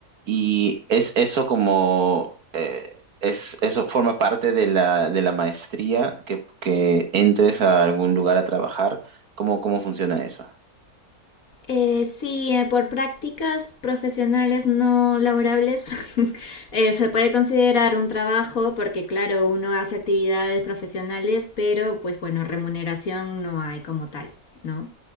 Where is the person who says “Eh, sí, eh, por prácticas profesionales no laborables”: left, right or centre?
Left